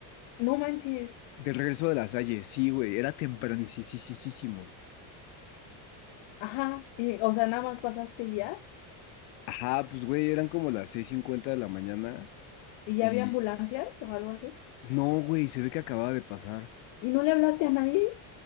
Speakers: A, on the left (about 70°); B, on the left (about 85°).
A: No manches.
B: de regreso de la Salle, sí, güey, era tempranisísimo.
A: Ajá, y, o sea, nada más pasaste y ya
B: Ajá, pues, güey, eran como las seis cincuenta de la mañana
A: y ya
B: y...
A: había ambulancias o algo así.
B: No, güey, se ve que acababa de pasar.
A: ¿Y no le hablaste a nadie?